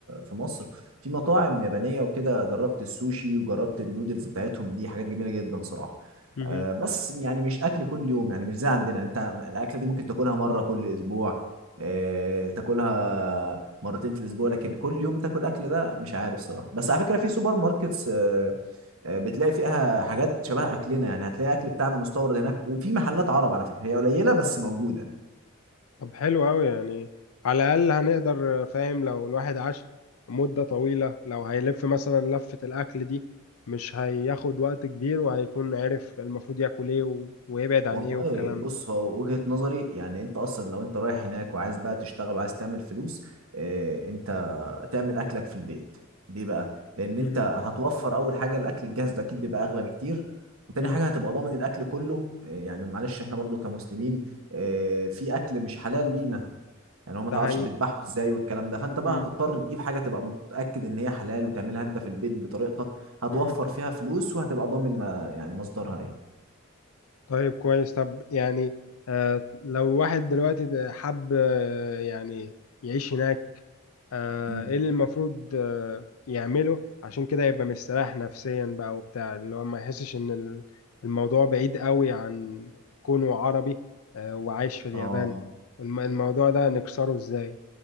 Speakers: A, on the right (about 75°); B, on the left (about 85°).
A: في مصر في مطاعم يابانيه وكده جربت السوشي وجربت النودلز بتاعتهم دي حاجات جميله جدا صراحه
B: مهم.
A: آه بس يعني مش اكل كل يوم يعني مش زي عندنا انت الاكله دي ممكن تاكلها مره كل اسبوع آه تاكلها مرتين في الاسبوع لكن كل يوم تاكل اكل ده مش عارف صراحه بس على فكره في سوبر ماركتس آه آه، بتلاقي فيها حاجات شبه اكلنا يعني هتلاقي اكل بتاعنا مستورد هناك وفي محلات عرب على فكره هي قليله بس موجوده
B: طب حلو أوي يعني على الأقل هنقدر فاهم لو الواحد عاش مدة طويلة لو هيلف مثلا لفة الأكل دي مش هياخد وقت كبير وهيكون عارف المفروض ياكل ايه و... ويبعد عن
A: والله
B: ايه والكلام
A: بص
B: ده
A: هو وجهة نظري يعني انت اصلا لو انت رايح هناك وعايز بقى تشتغل وعايز تعمل فلوس اه انت تعمل اكلك في البيت ليه بقى لان
B: مهم.
A: انت هتوفر اول حاجة الاكل الجاهز ده اكيد بيبقى اغلى بكتير وتاني
B: مم.
A: حاجة هتبقى ضامن الاكل كله اه يعني معلش احنا برضو كمسلمين اه في اكل مش حلال لينا يعني هو ما
B: ده
A: تعرفش
B: حقيقي
A: بيذبحوا ازاي والكلام ده فانت بقى
B: مم.
A: هتضطر تجيب حاجة تبقى متأكد ان هي حلال وتعملها انت في البيت بطريقتك هتوفر
B: مهم.
A: فيها فلوس وهتبقى ضامن ما يعني مصدرها ايه
B: طيب كويس طب يعني آه لو واحد دلوقتي حب آه يعني يعيش هناك آه،
A: مم.
B: ايه اللي المفروض آه، يعمله عشان كده يبقى مستريح نفسيا بقى وبتاع اللي هو ما يحسش ان ال- الموضوع بعيد قوي عن كونه عربي آه، وعايش في اليابان
A: اه
B: الم- الموضوع ده نكسره ازاي